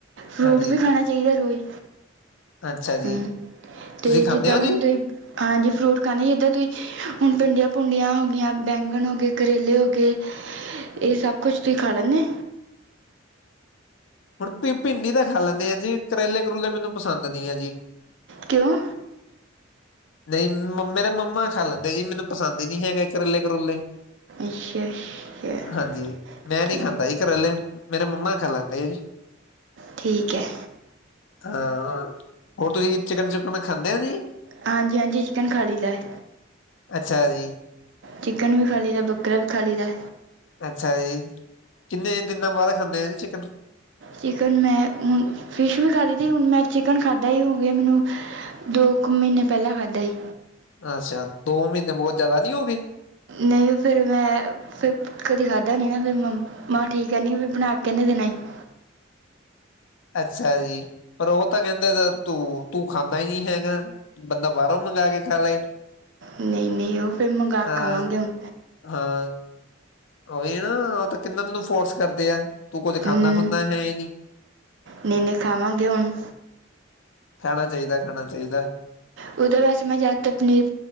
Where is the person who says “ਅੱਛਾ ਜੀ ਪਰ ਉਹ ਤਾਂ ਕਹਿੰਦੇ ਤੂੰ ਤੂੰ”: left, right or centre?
Left